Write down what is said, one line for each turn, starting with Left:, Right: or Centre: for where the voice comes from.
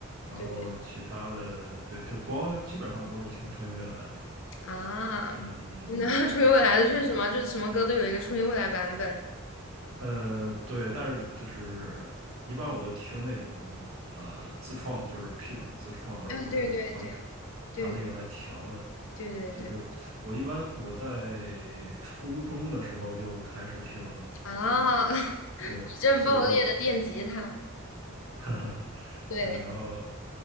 Right: 然后其他的对就光基本上都是听纯音未来的，
Left: 对啊，
Right: 嗯。
Left: 那 <laughs> 初音未来的确实嘛，就是什么歌都有一个初音未来版本。啊，
Right: 呃，对，但是就是一般我都听那种呃自创的，就是 P 主自创的，而不是那种翻唱，
Left: 对对对对对
Right: 拿那个来调的。
Left: 对对对。
Right: 就比如我一般我在初中的时候就开始听了，
Left: 啊，<laughs>
Right: 对，
Left: 矩阵爆裂的电吉他，
Right: 所以就，<laughs> 哈哈，
Left: 对，
Right: 对，然后